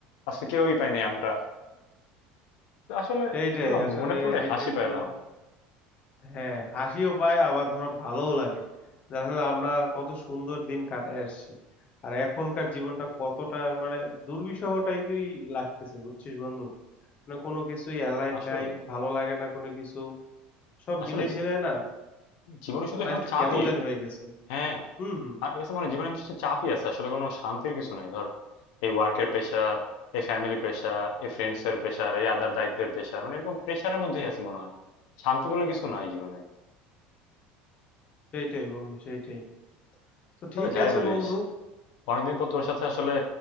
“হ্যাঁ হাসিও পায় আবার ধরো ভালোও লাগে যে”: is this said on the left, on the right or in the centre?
Left